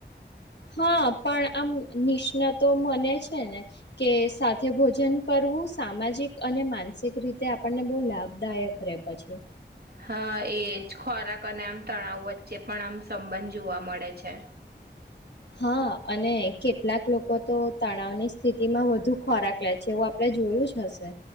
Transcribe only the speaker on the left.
હા, પણ આમ નિષ્ણાતો મને છે ને કે સાથે ભોજન કરવું સામાજિક અને માનસિક રીતે આપણને બહુ લાભદાયક રે પછી
હા, અને કેટલાક લોકો તો તણાવની સ્થિતિમાં વધુ ખોરાક લે છે એવું આપે જોયું જ હશે.